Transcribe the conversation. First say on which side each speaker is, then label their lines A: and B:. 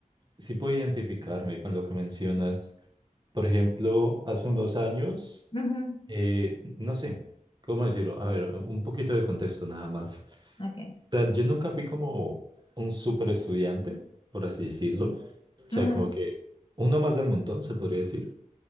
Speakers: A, on the right; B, on the left.
A: sí puedo identificarme con lo que mencionas. Por ejemplo, hace unos años,
B: ujú,
A: eh, no sé, ¿cómo decirlo? A ver, un poquito de contexto nada más. O
B: ok,
A: sea, yo nunca fui como un super estudiante, por así decirlo. O sea,
B: ujú,
A: como que uno más del montón, se podría decir.